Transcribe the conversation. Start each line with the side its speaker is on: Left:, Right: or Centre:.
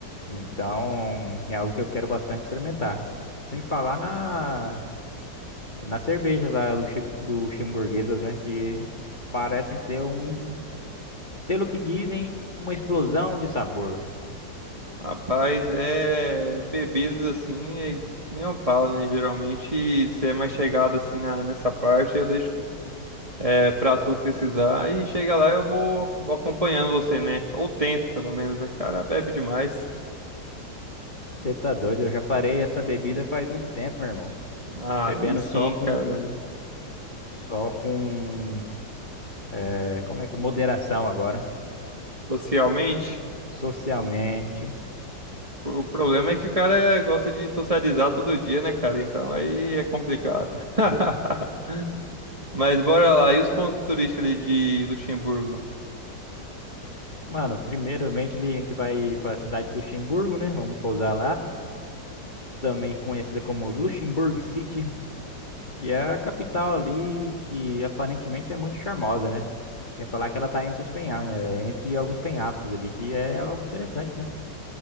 Left: Então, é algo que eu quero bastante experimentar. Sem falar na, na cerveja lá luxe- luxemburguesas, né? Que parecem ser um, pelo que dizem, uma explosão de sabor.
Right: Rapaz, é bebidas assim, é- nem eu falo, né? Geralmente, se é mais chegado assim na, nessa parte, eu deixo é, pra tu pesquisar e chega lá eu vou, vou acompanhando você, né? Ou tento, pelo menos, né? Cara, bebe demais.
Left: Você tá doido? Eu já parei essa bebida faz muito tempo, meu irmão.
Right: Aí
Left: Bebendo
Right: sim,
Left: só com,
Right: cara.
Left: só com, é, como é que foi? Moderação agora.
Right: Socialmente.
Left: Socialmente.
Right: O problema é que o cara gosta de socializar todo dia, né, cara? Então aí é complicado. <laughs> Mas bora lá. E os pontos turísticos ali de Luxemburgo?
Left: Mano, primeiramente ali a gente vai para a cidade do Luxemburgo, né? Vamos pousar lá, também conhecida como Luxemburgo City, e é a capital ali que aparentemente é muito charmosa, né? Sem falar que ela tá entre os penha eh, entre alguns penhascos ali, que é algo interessante, né?